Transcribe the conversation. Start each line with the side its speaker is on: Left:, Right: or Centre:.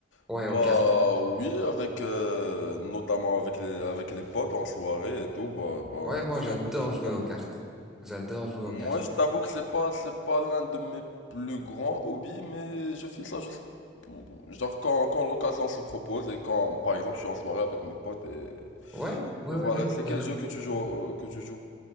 Centre: Ouais,
Left: Bah
Centre: aux cartes.
Left: oui, avec euh, notamment avec les avec les potes en soirée et tout, bah, bah on
Centre: Ouais, moi
Left: fait
Centre: j'adore
Left: un peu de jeux de
Centre: jouer
Left: cartes.
Centre: aux cartes. J'adore jouer aux cartes.
Left: Moi, je t'avoue que c'est pas c'est pas l'un de mes plus grands hobbies, mais je fais ça juste pour- genre quand quand l'occasion se propose et quand par exemple je suis en soirée avec mes potes et,
Centre: Ouais, ouais,
Left: et
Centre: ouais,
Left: voilà.
Centre: ouais,
Left: C'est
Centre: ouais.
Left: quel
Centre: ouais.
Left: jeu que tu joues euh, que tu joues?